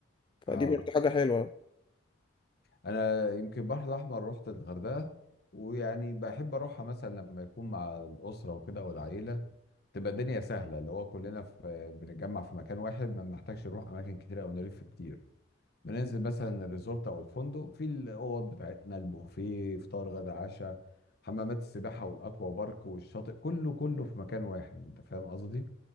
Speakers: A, on the left; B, on the left.
A: فدي
B: اه
A: برضه حاجة حلوة
B: انا يمكن البحر الاحمر رحت الغردقه ويعني بحب اروحها مثلا لما يكون مع الاسره وكده والعيله تبقى الدنيا سهله اللي هو كلنا في بنتجمع في مكان واحد ما بنحتاجش نروح اماكن كتير او نلف كتير بننزل مثلا الريزورت او الفندق في الاوض بتاعتنا البوفيه فطار غدا عشاء حمامات السباحه والاكوا بارك والشاطئ كله كله في مكان واحد انت فاهم قصدي